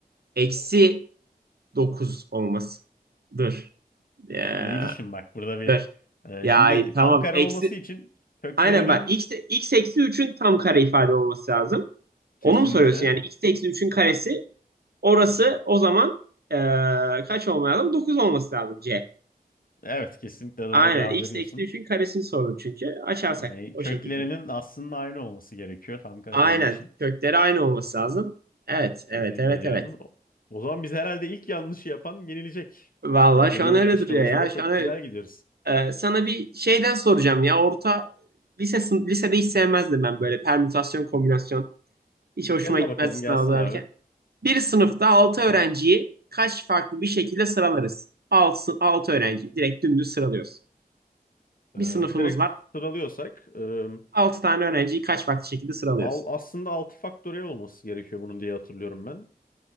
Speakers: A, on the right; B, on the left.
A: eksi 9 olmasıdır. Ya,
B: İyi düşün bak burada bir
A: dır. Ya
B: e, şimdi
A: tamam.
B: tam kare
A: Eksi
B: olması için köklerinin
A: Aynen bak x, x eksi üçün tam kare ifade olması lazım. Onu
B: kesinlikle
A: mu soruyorsun? Yani x eksi üçün karesi orası o zaman eee, kaç olması lazım? 9 olması lazım c.
B: evet kesinlikle doğru
A: Aynen
B: cevap
A: x
B: veriyorsun.
A: eksi üçün karesini sordum çünkü. Açarsak
B: Yani
A: o
B: köklerinin
A: şekilde.
B: aslında aynı olması gerekiyor tam kare
A: Aynen
B: dediği için.
A: kökleri aynı olması lazım. Evet
B: Tebrik
A: evet evet
B: ediyorum.
A: evet.
B: O o zaman biz herhalde ilk yanlışı yapan yenilecek
A: Vallahi
B: gibi
A: şu
B: duruyor
A: an öyle
B: yarışmamızda.
A: duruyor ya.
B: Çok
A: Şu an öyle-
B: güzel gidiyoruz.
A: Eee, sana bir şeyden soracağım ya. Orta lise, sın- lisede hiç sevmezdim ben böyle permütasyon kombinasyon. Hiç
B: Yolla
A: hoşuma gitmezdi
B: bakalım
A: sınav
B: gelsin
A: hazırlanırken.
B: abi.
A: Bir sınıfta 6 öğrenciyi kaç farklı bir şekilde sıralarız? 6, 6 öğrenciyi direkt dümdüz sıralıyoruz. Bir
B: Ee,
A: sınıfımız
B: direkt
A: var.
B: sıralıyorsak e,
A: 6 tane öğrenciyi kaç farklı şekilde sıralıyoruz?
B: al, aslında 6 faktöriyel olması gerekiyor bunun diye hatırlıyorum ben.